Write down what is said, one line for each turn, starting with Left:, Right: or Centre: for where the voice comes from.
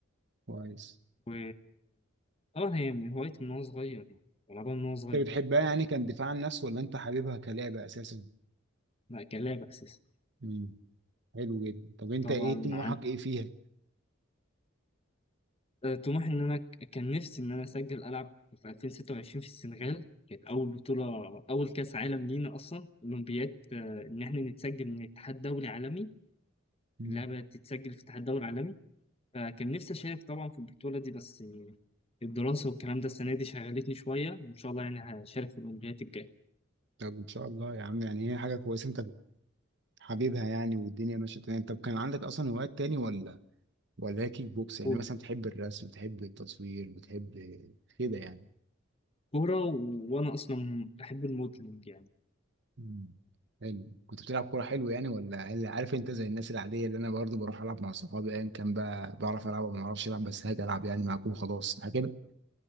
Right: كويس
Left: و اه هي من هوايتي من وانا صغير يعني بلعبها من وانا صغير
Right: انت بتحبها يعني كان دفاع عن النفس ولا انت حاببها كلعبة اساسا؟
Left: لا كلعبة اساسا
Right: امم حلو جدا طب انت
Left: طبعا
Right: ايه طموحك
Left: عن
Right: ايه فيها؟
Left: آه، طموحي ان انا ك- كان نفسي ان انا اسجل العب في 2026 في السنغال كانت اول بطولة اول كاس عالم لينا اصلا اولمبياد آه، ان احنا نتسجل من اتحاد دولي عالمي
Right: مم.
Left: اللعبة تتسجل في اتحاد دولي عالمي فكان نفسي أشارك طبعا في البطولة دي بس الدراسة والكلام ده السنة دي شغلتني شوية وإن شاء الله يعني هشارك في الأولمبياد الجاية
Right: طب ان شاء الله يا عم يعني هي حاجه كويسه انت حبيبها يعني والدنيا ماشيه تمام طب كان عندك اصلا هوايات تاني ولا ولا هي كيك بوكس يعني
Left: كورة
Right: مثلا بتحب الرسم بتحب التصوير بتحب كده يعني
Left: كورة و- وأنا أصلا بحب الموديلنج يعني
Right: مم. حلو كنت بتلعب كوره حلو يعني ولا اللي عارف انت زي الناس العاديه اللي انا برضو بروح العب مع صحابي ايا كان بقى بعرف العب وما اعرفش العب بس هاجي العب يعني معاكم وخلاص حاجه كده